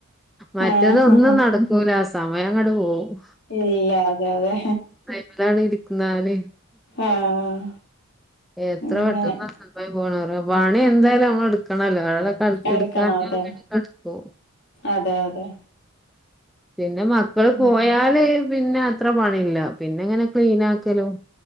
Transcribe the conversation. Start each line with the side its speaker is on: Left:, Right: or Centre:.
Centre: മറ്റെതൊന്നും
Left: ആഹ്
Centre: നടക്കൂല സമയങ്ങട്ട് പോവും
Left: ഇല്ല അതെ അതെ
Centre: അയ്മലാണ്ട് ഇര്ന്നാല്
Left: ആഹ്
Centre: എത്ര
Left: ഇങ്ങനെ
Centre: പെട്ടെന്നാ സമയം പോണറിയോ? പണിയെന്തായാലും നമ്മള് ഇട്ക്കണല്ലോ? അ
Left: എടുക്കണം
Centre: ഇട്ക്കാഞാ
Left: അതെ
Centre: പിന്നവ്ടിം കട്ക്കും
Left: അതെ അതെ
Centre: പിന്നെ മക്കള് പോയാല്
Left: ഉം
Centre: പിന്നെ അത്ര പണില്ല പിന്നെങ്ങനെ ക്ലീനാക്കലും,